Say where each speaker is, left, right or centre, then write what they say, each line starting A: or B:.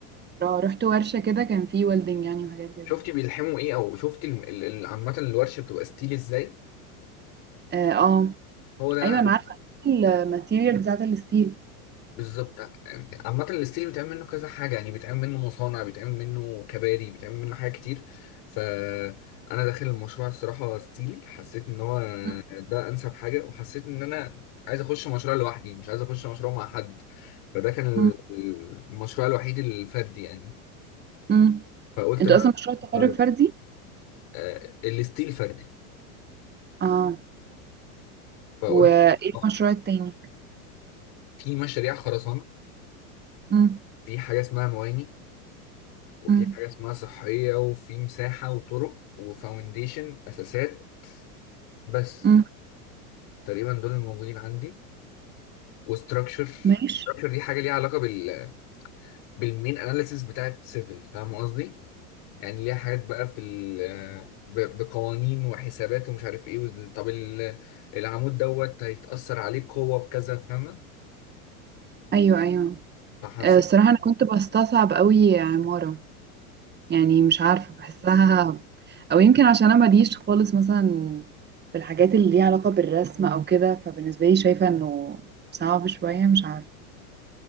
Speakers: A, on the right; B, on the left.
A: اه رحت ورشة كده كان فيه ويلدنج يعني وحاجات كده
B: شفتي بيلحموا ايه او شفتي الم- ال- ال- عامه الورشه بتبقى ستيل ازاي
A: اه اه
B: هو ده
A: ايوه انا عارفة الماتيريال بتاعت الستيل
B: بالظبط يعني عامة الستيل بيتعمل منه كذا حاجة يعني بيتعمل منه مصانع بيتعمل منه كباري بيتعمل منه حاجات كتير فأنا داخل المشروع الصراحة ستيل حسيت إن هو
A: مم.
B: ده أنسب حاجة وحسيت إن أنا عايز أخش مشروع لوحدي مش عايز أخش مشروع مع حد فده كان ال-
A: مم.
B: المشروع الوحيد الفردي يعني
A: مم.
B: فقلت
A: انتوا
B: إن أنا
A: اصلا
B: أخش
A: مشروع التخرج
B: مشروع لوحدي.
A: فردي
B: آه، الستيل فردي
A: اه
B: فقلت
A: وايه
B: آه،
A: المشروع التاني
B: في مشاريع خرسانة
A: مم.
B: في حاجة اسمها مواني وفي
A: مم.
B: حاجة اسمها صحية وفي مساحة وطرق وفاونديشن أساسات بس
A: مم.
B: تقريبا دول الموجودين عندي وستراكشر
A: ماشي
B: ستراكشر دي حاجة ليها علاقة بال بالمين أناليسيس بتاعت سيفل فاهم قصدي؟ يعني ليها حاجات بقى في ال ب- بقوانين وحسابات ومش عارف ايه وال- طب ال- العمود دوت هيتأثر عليه قوة بكذا فاهمة؟
A: ايوه ايوه
B: فحسيت
A: آه، الصراحة انا كنت بستصعب قوي عمارة يعني مش عارفة بحسها أو يمكن عشان أنا ماليش خالص مثلا في الحاجات اللي ليها علاقة بالرسم أو كده فبالنسبة لي شايفة إنه صعب شوية مش عارفة